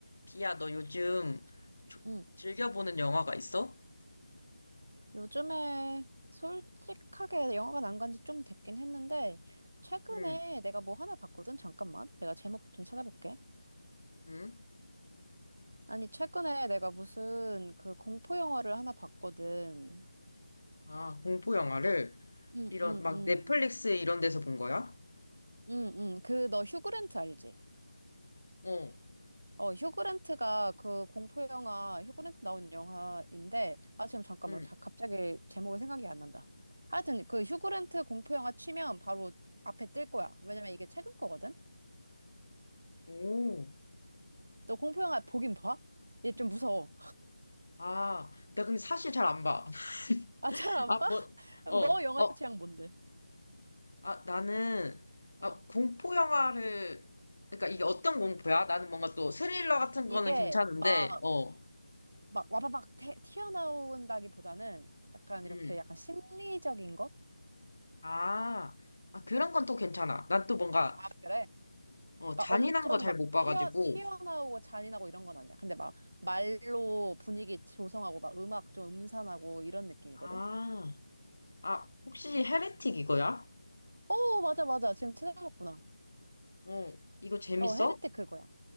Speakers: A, on the left; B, on the right.
A: 비야, 너 요즘 조-
B: 음,
A: 즐겨보는 영화가 있어?
B: 요즘에 솔직하게 영화관 안 간지 좀 됐긴 했는데, 최근에
A: 응,
B: 내가 뭐 하나 봤거든? 잠깐만. 내가 제목 좀 찾아볼게.
A: 응.
B: 아니, 최근에 내가 무슨 그 공포 영화를 하나 봤거든.
A: 아, 공포 영화를
B: 응,
A: 이런
B: 응,
A: 막
B: 응.
A: 넷플릭스 이런 데서 본 거야?
B: 응, 응. 그, 너 휴그랜트 알지?
A: 어,
B: 어, 휴그랜트가 그 공포 영화, 휴그랜트 나온 영화인데, 아, 지금 잠깐만.
A: 응.
B: 자, 갑자기 제목이 생각이 안 난다. 하여튼 그 휴그랜트 공포 영화 치면 바로 앞에 뜰 거야. 왜냐면 이게 최근 거거든?
A: 오.
B: 너 공포 영화 보긴 봐? 얘 좀 무서워.
A: 아, 나 근데 사실 잘 안 봐. <laughs>
B: 아, 잘 안
A: 아,
B: 봐?
A: 뭐,
B: <laughs> 그럼
A: 어,
B: 너 영화
A: 어.
B: 취향 뭔데?
A: 아, 나는 아,
B: 어,
A: 공포 영화를 그러니까 이게
B: 음.
A: 어떤 공포야? 나는 뭔가 또 스릴러 같은
B: 이게
A: 거는 괜찮은데,
B: 막,
A: 어,
B: 막 와바박 태, 튀어나온다기보다는 약간
A: 음.
B: 이렇게 약간 심리적인 거?
A: 아, 아 그런 건 또 괜찮아. 난 또 뭔가
B: 아, 그래?
A: 어,
B: 막
A: 잔인한
B: 엄청
A: 거 잘
B: 막
A: 못 봐가지고.
B: 튀어, 튀어나오고 잔인하고 이런 건 아니야. 근데 막 말로 분위기 조성하고 막 음악 좀 음산하고 이런 느낌이거든?
A: 아. 아, 혹시 헤레틱 이거야?
B: 오 맞아, 맞아. 지금 찾아봤구나.
A: 어, 이거 재밌어?
B: 어, 헤레틱 그거야.